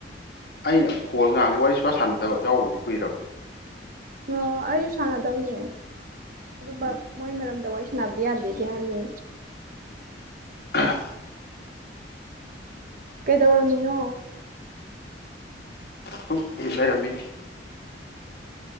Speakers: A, on the left; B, on the right.
A: ꯑꯩꯅ ꯀꯣꯜ ꯅꯍꯥꯟꯒꯩ ꯋꯥꯔꯤ ꯁꯨꯡꯁꯥꯟ ꯁꯥꯟꯅꯗꯕ ꯌꯥꯎꯕꯕꯨꯗꯤ ꯀꯨꯏꯔꯕ
B: ꯑꯣ ꯑꯩꯖꯨ ꯁꯥꯟꯅꯗꯕꯅꯤ ꯑꯗꯨꯝꯕ
A: ꯎꯝ
B: ꯃꯣꯏ ꯃꯔꯝꯗ ꯋꯥꯔꯤ ꯁꯥꯟꯅꯕꯗꯤ ꯌꯥꯗꯦꯗꯤ ꯍꯥꯏꯕꯅꯦ
A: ꯑꯍꯥ
B: ꯀꯩꯗꯧꯔꯝꯃꯤꯅꯣ
A: ꯁꯨꯝ ꯑ ꯂꯩꯔꯝꯃꯤꯅꯤ